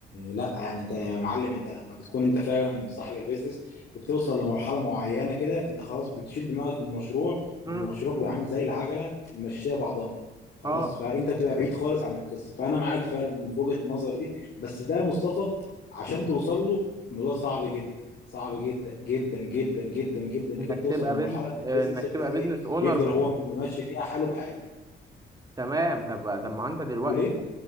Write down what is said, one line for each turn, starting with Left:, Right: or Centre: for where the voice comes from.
Left: لا يعني انت يا معلم انت لما بتكون انت فعلا صاحب البيزنس وبتوصل لمرحله معينه كده انت خلاص بتشيل دماغك من المشروع
Right: مم.
Left: والمشروع بيبقى عامل زي العجله ماشيه بعضها خلاص
Right: اه
Left: فانت بتبقى بعيد خالص عن القصه فانا معاك فعلا في وجهه النظر دي بس ده يا مصطفى عشان توصل له الموضوع صعب جدا صعب جدا جدا جدا جدا جدا انك
Right: انك
Left: انت توصل
Right: تبقى
Left: لمرحله
Right: بيزنس
Left: ان البيزنس
Right: انك
Left: يبدا
Right: تبقى
Left: ايه
Right: بيزنس اونر
Left: يفضل
Right: مش
Left: هو ماشي فيها حاله بحاله
Right: تمام طب طب ما انت دلوقتي
Left: تقول ايه